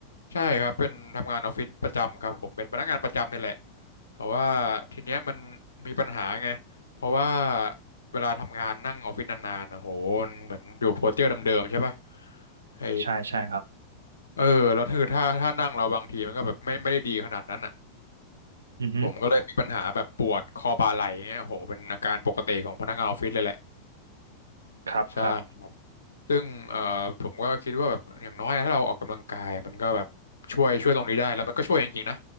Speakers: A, on the left; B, on the right.
A: ใช่ครับเป็นทำงานออฟฟิศประจำครับผมเป็นพนักงานประจำนี่แหละแต่ว่าทีเนี้ยมันมีปัญหาไงเพราะว่าเวลาทำงานนั่งออฟฟิศนานๆนะโหมันเหมือนอยู่โพสเจอร์เดิมๆใช่ป่ะไอ
B: ใช่ใช่ครับ
A: เออแล้วคือถ้าถ้านั่งเราบางทีมันก็แบบไม่ไม่ได้ดีขนาดนั้นอ่ะ
B: อือฮึ
A: ผมก็เลยมีปัญหาแบบปวดคอบ่าไหล่เนี่ยโหเป็นอาการปกติของพนักงานออฟฟิศเลยแหละ
B: ครับครับ
A: ใช่ครับซึ่งเอ่อผมก็คิดว่าแบบอย่างน้อยนะถ้าเราออกกำลังกายมันก็แบบช่วยช่วยตรงนี้ได้แล้วมันก็ช่วยจริงๆนะ